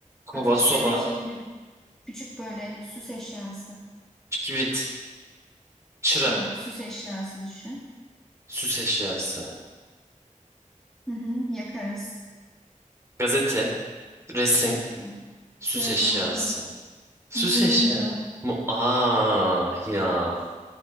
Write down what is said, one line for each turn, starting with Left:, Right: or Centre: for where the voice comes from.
Right: Kova,
Centre: ateş
Right: soba,
Centre: veren şey nedir? Küçük böyle süs eşyası.
Right: kibrit, çıra,
Centre: Yok, süs eşyası düşün.
Right: süs eşyası.
Centre: Hı hı, yakarız.
Right: Gazete, resim,
Centre: E,
Right: süs
Centre: sıra
Right: eşyası.
Centre: dağıldı.
Right: Süs
Centre: Mumlu.
Right: eşya. Mu Aa ya.